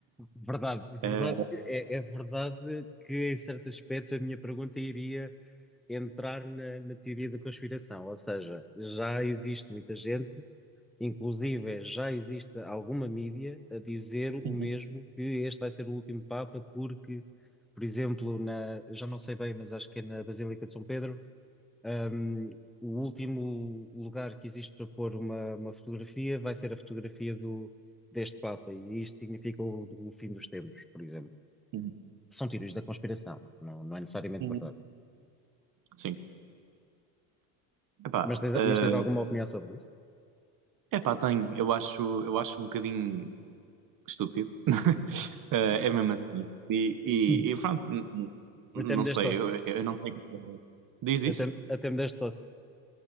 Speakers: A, in the centre; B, on the right.
A: Verdade, verdade,
B: uh,
A: é, é verdade que em certo aspecto a minha pergunta iria entrar na, na teoria da conspiração, ou seja, já existe muita gente Inclusive, já existe alguma mídia a dizer o
B: Uhum,
A: mesmo, que este vai ser o último Papa, porque, por exemplo, na, já não sei bem, mas acho que é na Basílica de São Pedro, hum, o último lugar que existe para pôr uma, uma fotografia vai ser a fotografia do, deste Papa, e isto significa o, o fim dos tempos, por exemplo.
B: uhum,
A: São teorias da conspiração, não, não é necessariamente
B: uhum.
A: verdade.
B: Sim. Epá,
A: Mas tens,
B: uh,
A: mas tens alguma opinião sobre isso?
B: Epá, tenho. Eu acho, eu acho um bocadinho estúpido. <laughs> Eh, é mesmo assim. E,
A: Hum.
B: e, e pronto, n- n- não
A: Até me
B: sei,
A: deste tosse.
B: eu, eu não tenho. Diz, diz.
A: Até, até me deste tosse.